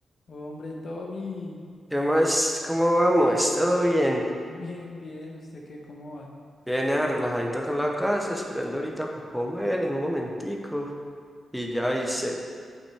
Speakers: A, on the left; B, in the centre.
A: Hombre, Tommy,
B: ¿Qué más? ¿Cómo vamos? ¿Todo bien?
A: bien, bien, ¿usted qué, cómo va?
B: Bien, ah, relajadito acá en la casa, esperando ahorita para comer en un momentico. Y ya hice.